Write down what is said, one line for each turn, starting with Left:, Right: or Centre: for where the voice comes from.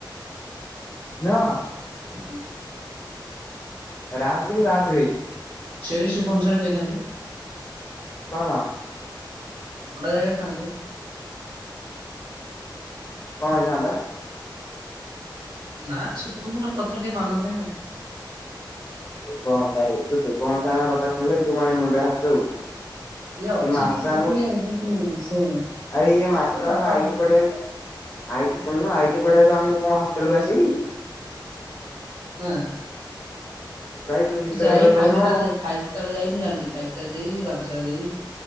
Left: <inaudible> ନାଆ
Right: <unintelligible>
Left: ରାତ ଗଈ ବାତ ଗଈ।
Right: ସେଇଠି ଶୁଭମ ସାର କହିଥାନ୍ତେ।
Left: କଣ?
Right: <inaudible> ପଣ୍ଡା ଜାଗାରେ ଥାନ୍ତେ <inaudible>
Left: କଅ ହେଇ ଥାନ୍ତା?
Right: ନା ସୁପୁନୁର କଥାଟି ମନ ଦେ ନା।
Left: ଶୁଭଂସାରୀ ତୁ ଶୁଭଂସାରଙ୍କ କଥା ଶୁଣିଲେ ତୁ ମାନ ମୁଣ୍ଡରେ ହାତ ଦବୁ।
Right: ସିଏ ଅଛି
Left: ଏ ମାଷ୍ଟର
Right: କି ସେ
Left: ଆମକୁ
Right: ଟିକେ କିନ୍ତୁ ଶୁଣୁ
Left: ଆରେ ଇଏ ମାଷ୍ଟର
Right: ଏ ବାପା
Left: ଆମକୁ ଆଇଟି ପଢେଇ ଆକୁ ଆଇଟି ଶୁଣନୁ ଆଇ <inaudible> ଆମକୁ କଣ ହଷ୍ଟେଲକୁୁ ଆସିକି?
Right: ହାଁ
Left: ଭାଇ ତୁ ବିଶ୍ୱାସ
Right: ସେ ଯାଇ
Left: କରିବୁନୁ
Right: ଫାଇ ଷ୍ଟାର ଯାଇ ଫାଇ ଷ୍ଟାର ଯାଇ ମୁଁ ଜାଣିିଲି ଫାଇଷ୍ଟାର ଯାଇ ରାମସାର ଯାଇ